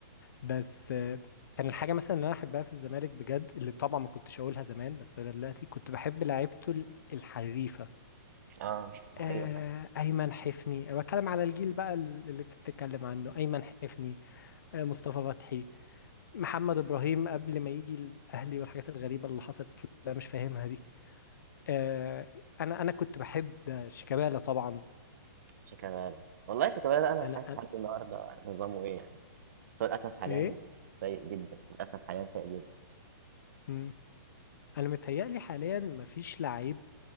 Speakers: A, on the left (about 70°); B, on the right (about 55°).
A: بس آه، كان الحاجه مثلا اللي انا احبها في الزمالك بجد اللي طبعا ما كنتش اقولها زمان بس ولا دلوقتي كنت بحب لعيبته ال- الحريفه
B: اه ده حقيقة
A: آه،
B: فعلا.
A: ايمن حفني أنا بتكلم على الجيل بقى اللي انت بتتكلم عنه ايمن حفني آه، مصطفى فتحي محمد ابراهيم قبل ما يجي الاهلي والحاجات الغريبه اللي حصلت اللي انا مش فاهمها دي آه انا انا كنت بحب شيكابالا طبعا
B: شيكابالا والله شيكابالا ده انا
A: انا,
B: مش عارف
A: أنا
B: لحد النهارده نظامه ايه يعني بس هو للاسف حاليا
A: ايه
B: سيء جدا للاسف حاليا سيء جدا
A: مم. انا متهيألي حاليا مفيش لعيب